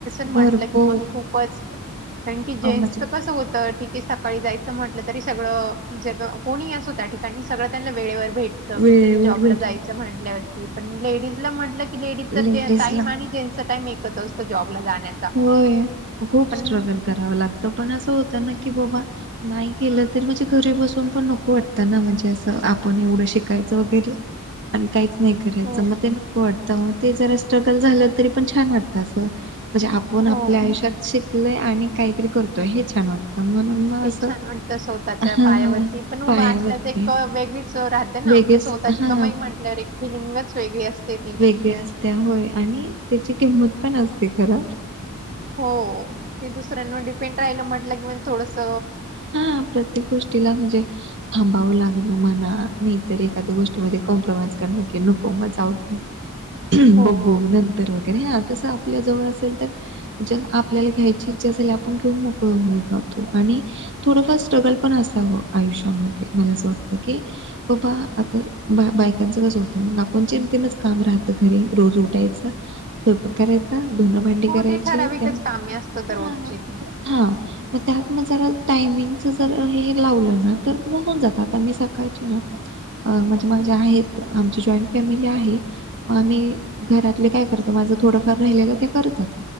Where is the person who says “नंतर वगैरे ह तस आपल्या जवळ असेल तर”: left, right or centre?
Right